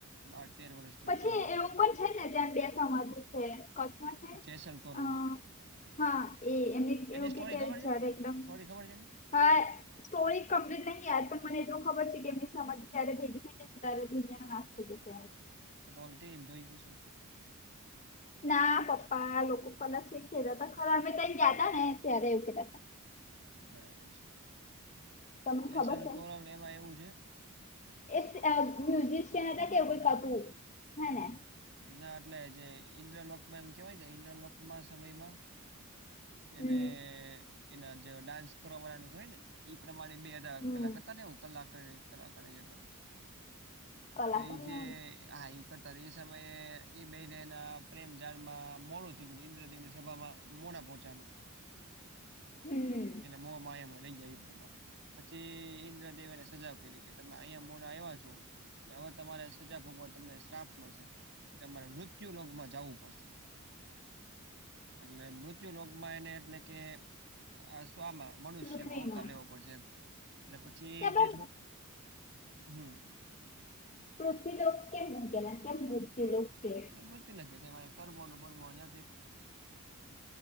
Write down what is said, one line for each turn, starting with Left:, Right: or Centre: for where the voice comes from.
Right: બાર તેર વર્ષ જેવું
Left: પછી
Right: થઇ ગયું છે.
Left: એવું પણ છે ને ત્યાં બે સમાધ છે કચ્છમાં છે.
Right: જેસલ તોરલ
Left: અ
Right: ની
Left: હા એ એમની
Right: એની
Left: એવું
Right: સ્ટોરી
Left: કે કે
Right: ખબર છે
Left: જ્યારે એકદમ
Right: સ્ટોરી ખબર છે એની
Left: હા સ્ટોરી કમ્પ્લીટ નહીં યાર પણ મને એટલ ખબર છે કે એમની સમજ ત્યારે થે <unintelligible> તારે ધુનિયા નાસ્તો જશે.
Right: આ તો ઓલ એમ જોય હોય છે.
Left: ના પપ્પા લોકો કદાચ્યા હતા ખરા અમે ત ગયા હતા ને ત્યારે એવું ક્યા હતા.
Right: બરાબર છેલ જેસલ
Left: તમને ખબર છે
Right: તોરણ એમાં એવું છે.
Left: એ મ્યઝિશિયાન હતા કે કોઈ કપુ હ ને.
Right: ના એટલે જે ઈન્દ્રલોકમાં એમ કેવાય કે ઈન્દ્રલોકમાં સમયમાં એને
Left: હમ
Right: એના જે ડાન્સ કરવા વાળની હોય ને. એ પ્રમાણે બેધા
Left: હમ
Right: પેલા કરતા ને હ કલાક કલાકાર હતા.
Left: કલાકાર
Right: તો એ જે હા એ કરતા એ સમયે એ બેને ના પ્રેમ જાડ માં મોડું થઈ ગયું ઈન્દ્રદેવ ની સભામાં મોડા પોહોચાનો.
Left: હમ્મ
Right: એ મોહ માંયા મા રહી જાય એ પ્રમાણે પછી ઈન્દ્રદેવેને સજા કરી કે તમે અહીંયા મોડા આવ્યા છો. એટલે હવે તમારે સજા ભોગવા તમને શ્રાપ મળશે. એ તમારે મૃત્યુ લોગમાં જવું પડશે. એટલે મૃત્યુ લોકમાં એને એટલે કે આ શમાં મનુષ્યમાં
Left: પૃથ્વીમાં
Right: આવતાર લેવો પડશે એમ એટલે પછી
Left: તે આપણે
Right: જે હમ
Left: પૃથ્વી લોક કેમ કેલા કેમ પૃથ્વી લોક કે
Right: <unintelligible> કેતા હોય આપણને